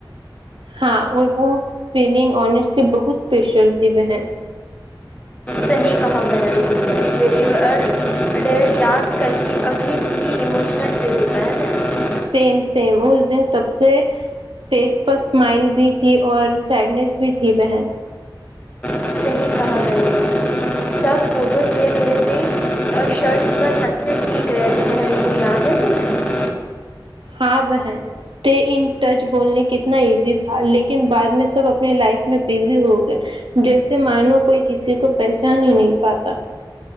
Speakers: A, on the right (about 90°); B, on the left (about 15°).
A: ہاں اور وہ فیلگ انیسٹلی بہت اسپیشل تھی بہن
B: صحیح کہا بہن تم نے فیئر ڈیل یاد کر کے ابھی بھی اموشنل فیل پہ گ
A: سیم سیم اس دن سب سے فیس پر اسمائل بھی تھی اور سیڈنیس بھی تھی بہن
B: صحیح کہا میری بہن سب فوٹوز لے رہے تھے اور شرٹس پر میسج لکھ رہے تھے بہن وہ یاد ہے تمہیں
A: ہاں بہن اسٹے ان ٹچ بولنے کتنا ایزی تھا لیکن بعد میں سب اپنی لائف میں بزی ہو گئے جیسے مانو کوئی کسی کو پہچان ہی نہیں پاتا